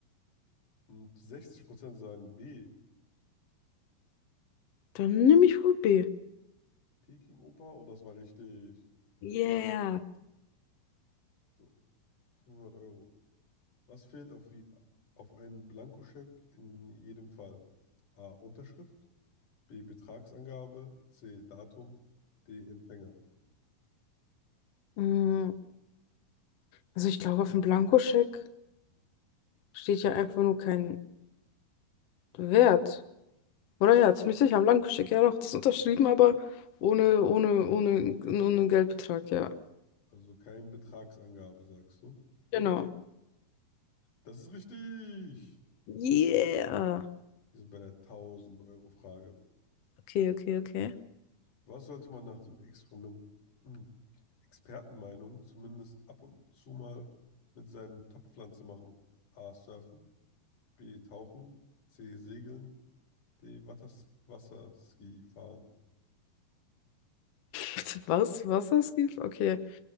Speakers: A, on the left (about 50°); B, on the left (about 70°).
A: Und 60% sagen B.
B: Dann nehme ich wohl B.
A: Peking Oper. Und das war richtig.
B: Yeah.
A: So, 500 Euro. Was fehlt auf, wie, auf einen Blankoscheck in jedem Fall? A. Unterschrift. B. Betragsangabe, C. Datum, D. Empfänger.
B: Mm, Also ich glaube, auf dem Blankoscheck steht ja einfach nur kein Wert. Oder ja, ziemlich sicher, am Blankoscheck, ja doch, das ist unterschrieben, aber ohne, ohne, ohne, ohne Geldbetrag, ja.
A: Also so kein Betragsangabe, sagst du.
B: Genau.
A: Das ist richtig!
B: Yeah.
A: Wir sind bei der 1000-Euro-Frage.
B: Okay, okay, okay.
A: Was sollte man nach dem Experiment, hm, Expertenmeinung zumindest ab und zu mal mit seinem Topfpflanze machen? A. Surfen, B. Tauchen, C. Segeln, D. Watters Wasserski fahren.
B: Bitte was? Wasserskifahren? Okay.